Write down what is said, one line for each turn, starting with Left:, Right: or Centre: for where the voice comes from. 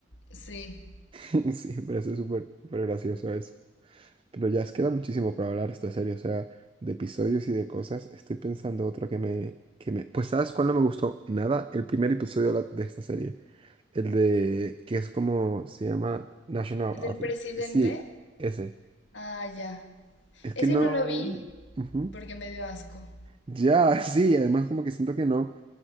Left: Sí.
Right: <laughs> Sí, me parece súper, súper gracioso eso. Pero ya es queda muchísimo para hablar esta serie, o sea, de episodios y de cosas. Estoy pensando otra que me, que me... Pues ¿sabes cuál no me gustó? Nada, el primer episodio de, la- de esta serie. El de, que es como, se llama National
Left: ¿El del
Right: Anthem.
Left: presidente?
Right: Sí, ese.
Left: Ah, ya.
Right: Es
Left: Ese
Right: que no.
Left: no lo vi
Right: ujú.
Left: porque me dio asco.
Right: Ya, <laughs> sí, además como que siento que no.